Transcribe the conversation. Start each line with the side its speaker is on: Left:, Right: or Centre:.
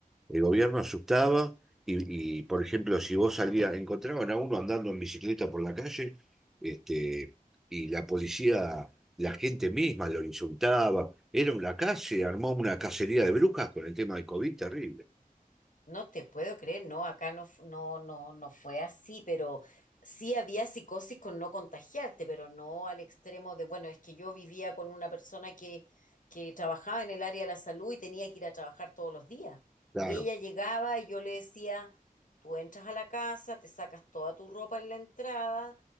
Centre: El gobierno asustaba y, y, por ejemplo, si vos salías, encontraban a uno andando en bicicleta por la calle, este, y la policía, la gente misma lo insultaba. Era una calle, armó una cacería de brujas con el tema del COVID terrible.
Left: No te puedo creer, no, acá no, f- no, no, no fue así, pero sí había psicosis con no contagiarte, pero no al extremo de, bueno, es que yo vivía con una persona que, que trabajaba en el área de la salud y tenía que ir a trabajar todos los días.
Centre: Claro,
Left: Y ella llegaba y yo le decía, tú entras a la casa, te sacas toda tu ropa en la entrada